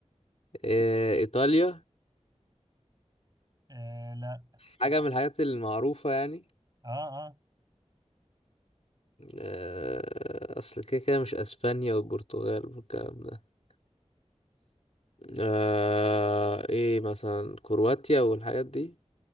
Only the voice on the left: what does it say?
آه إيطاليا
حاجة من الحاجات المعروفة يعني
آه أصل كده كده مش أسبانيا والبرتغال والكلام ده آه إيه مثلا كرواتيا والحاجات دي